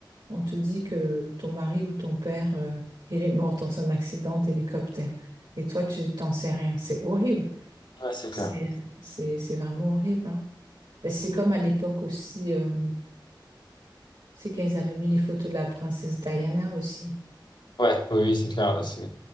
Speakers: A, on the right; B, on the left.
A: on te dit que ton mari ou ton père, euh, il est mort dans un accident d'hélicoptère. Et toi, tu t'en sais rien. C'est horrible.
B: ouais c'est
A: C'est,
B: clair.
A: euh, c'est, c'est vraiment horrible, hein. Ben, c'est comme à l'époque aussi. euh, C'est qu'ils avaient mis les photos de la princesse Diana aussi,
B: Ouais oui oui, c'est clair là c'est